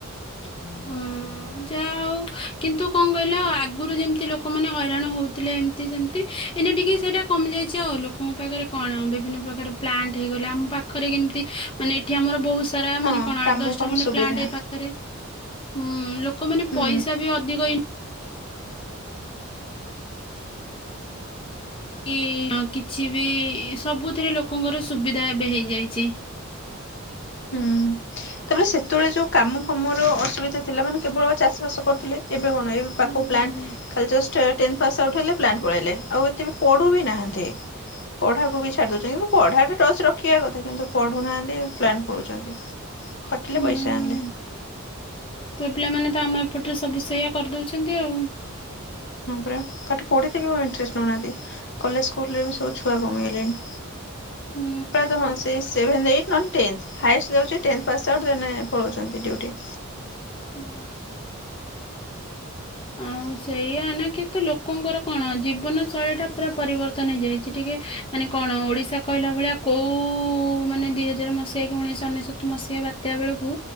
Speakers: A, on the left; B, on the left.
A: ହୁଁ। ହଁ ଯାହା ହଉ କିନ୍ତୁ କଣ କହିଲ ଆଗରୁ ଯେମିତି ଲୋକମାନେ ହଇରାଣ ହଉଥିଲେ ଏମିତି ସେମିତି ଏଇନା ଟିକେ ସେଇଟା କମି ଯାଇଚି ଆଉ ଲୋକଙ୍କ ପାଖରେ କଣ ବିଭିନ୍ନ ପ୍ରକାର ପ୍ଲାଣ୍ଟ ହେଇଗଲା ଆମ ପାଖରେ କେମିତି ମାନେ ଏଠି ଆମର ବହୁତ୍ ସାରା
B: ହଁ
A: ମାନେ କଣ ଆଠ
B: କାମ
A: ଦଶଟା
B: ଫାମ
A: ଖଣ୍ଡେ
B: ସୁବିଧା
A: ପ୍ଲାଣ୍ଟ ଏପାଖରେ ହୁଁ ଲୋକମାନେ
B: ହୁଁ
A: ପଇସାବି ଅଧିକ ଇନ୍ କି କିଛିବି ସବୁଥିରେ ଲୋକଙ୍କର ସୁବିଧା ଏବେ ହେଇଯାଇଚି।
B: ହୁଁ। ତାପରେ ସେତେବେଳେ ଯୋଉ କାମ ଫାମର ଅସୁବିଧା ଥିଲା ମାନେ କେବଳ ଚାଷ ବାସ କରୁଥିଲେ ଏବେ କଣ ଏବେ ପାଖକୁ
A: ହୁଁ
B: ପ୍ଲାଣ୍ଟ ଖାଲି ଜଷ୍ଟ ଟେନ୍ଥ ପାସ୍ ଆଉଟ୍ ହେଲେ ପ୍ଲାଣ୍ଟ ପଳେଇଲେ ଆଉ ଏତେବି ପଢ଼ୁବି ନାହାନ୍ତି। ପଢାକୁବି ଛାଡ଼ି ଦଉଚନ୍ତି କିନ୍ତୁ ପଢାଟା ଟଚ୍ ରଖିବା କଥା କିନ୍ତୁ ପଢୁନାହାନ୍ତି ପ୍ଲାଣ୍ଟ ପଳଉଚନ୍ତି। ଖଟିଲେ
A: ହୁଁ
B: ପଇସା ଆଣିଲେ।
A: ପୁଅ ପିଲାମାନେତ ଆମ ଏପଟରେ ସବୁ ସେୟା କରିଦଉଛନ୍ତି ଆଉ।
B: ହଁ ପରା ପାଠ ପଢିତେ ଇଣ୍ଟଷ୍ଟ ନଉନାହାନ୍ତି କଲେଜ୍ ସ୍କୁଲରେବି ସବୁ ଛୁଆ କମିଗଲେଣି।
A: ହୁଁ
B: ପ୍ରାୟତ ହଁ ସେଇ ସେଭେନ୍ ଏଇଟ୍ ନହେନେ ଟେନ୍ଥ ହାଏସ୍ ଦଉଚି ଟେନ୍ଥେ ପାସ୍ ଆଉଟ୍ ଦେନ୍ ପଳଉଛନ୍ତି ଡିଉଟି।
A: ହୁଁ। ଆଉ ସେଇଆ ଏଇନା କେତେ ଲୋକଙ୍କର କଣ ଜୀବନ ଶୈଳୀଟା ପୁରା ପରିବର୍ତ୍ତନ ହେଇଯାଇଚି ଟିକେ ମାନେ କଣ ଓଡ଼ିଶା କହିଲା ଭଳିଆ କୋଉ ମାନେ ଦିଇ ହଜାରେ ମସି ଯାଇକି ଉଣେଇଶହ ଅନେଶ୍ୱତ ମସିହା ବାତ୍ୟା ବେଳକୁ